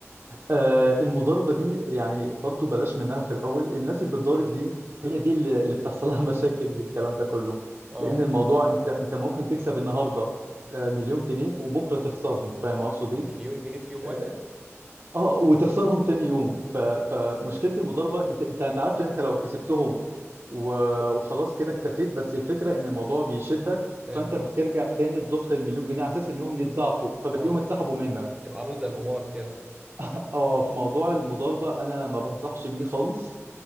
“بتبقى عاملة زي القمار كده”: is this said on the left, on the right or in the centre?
Right